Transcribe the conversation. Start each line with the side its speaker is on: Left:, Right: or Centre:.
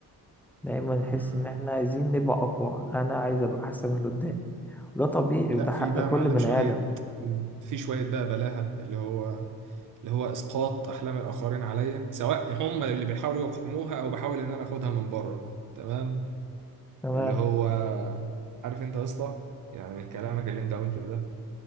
Centre: دايما
Right: مهم.
Centre: نحس ان احنا عايزين نبقى اقوى انا عايز ابقى احسن من اللي قدامي ده طبيعي
Right: لا
Centre: وده
Right: في
Centre: حق
Right: بقى
Centre: كل
Right: معلم
Centre: بني
Right: شوية
Centre: ادم
Right: في شوية بقى بلاهة اللي هو اللي هو إسقاط أحلام الآخرين عليا سواء هم اللي بيحاولوا يقحموها أو بحاول إن أنا آخدها من بره تمام
Centre: تمام
Right: اللي هو عارف أنت يا اسطى يعني من كلامك اللي أنت قلته ده